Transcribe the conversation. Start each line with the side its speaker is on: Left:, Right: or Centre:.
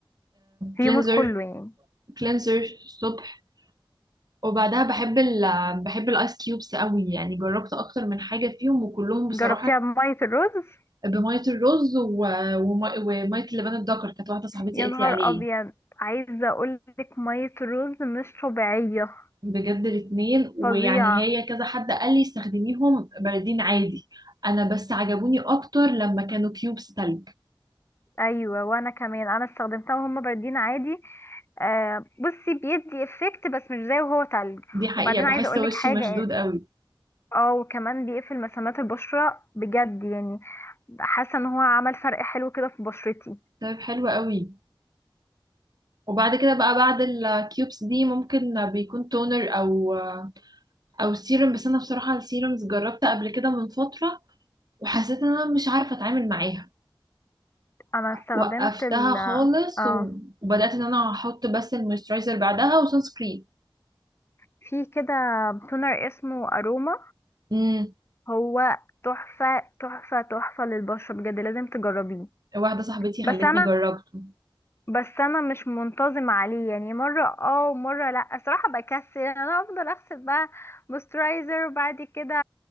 Left: في
Right: كلينزر
Left: يومك كله يعني
Right: كلينزر الصبح وبعدها بحب ال بحب الايس كيوبس قوي يعني جربت اكتر من حاجة فيهم وكلهم بصراحة
Left: جربتيها بمية الرز
Right: بمية الرز و... ومي... ومية اللبان الدكر كانت واحدة صاحبتي
Left: يا
Right: قالت
Left: نهار
Right: لي عليه
Left: ابيض عايزه اقولك ميه رز مش طبيعيه
Right: بجد الاتنين ويعني
Left: فظيعه
Right: هي كذا حد قال لي استخدميهم باردين عادي انا بس عجبوني اكتر لما كانوا كيوبس تلج
Left: ايوه وانا كمان انا استخدمتها وهم باردين عادي آه بصي بيدي افكت بس مش زي وهو تلج
Right: دي حقيقة
Left: وبعدين
Right: بحس
Left: عايزه اقولك
Right: وشي
Left: حاجه
Right: مشدود قوي
Left: اه وكمان بيقفل مسامات البشره بجد يعني حاسه ان هو عمل فرق حلو كده في بشرتي
Right: طيب حلو قوي وبعد كده بقى بعد الكيوبس دي ممكن بيكون تونر او او سيروم بس انا بصراحة السيرومز جربت قبل كده من فترة وحسيت ان انا مش عارفة اتعامل معاها
Left: انا استخدمت
Right: فوقفتها
Left: ال
Right: خالص
Left: اه
Right: و- وبدأت ان انا احط بس المويسترايزر بعدها وسان سكرين
Left: في كده تونر اسمه اروما
Right: امم
Left: هو تحفه تحفه تحفه للبشره بجد لازم تجربيه
Right: واحدة صاحبتي خلتني
Left: بس انا
Right: جربته
Left: بس انا مش منتظم عليه يعني مره اه ومره لا الصراحه بكسل يعني انا افضل اغسل بقى مويسترايزر وبعد كده